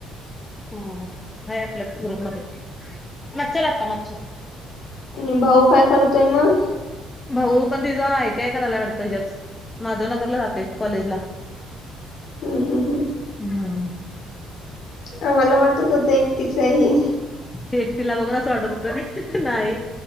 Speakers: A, on the left; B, on the left.
A: हम्य आपल्यार मध्ये मच्छ लागता मच्छ
B: आणि भाऊ काय करतोय मग
A: भाऊ पण तिझा आयटीआय करायला वाटतं हिज्यात, माधवनगरला जाते कॉलेजला.
B: हम्म, हम्म, हम्म.
A: हम्
B: ह मला वाटत होत एकटीचही
A: ते तिला बघून असं वाटत होत नाही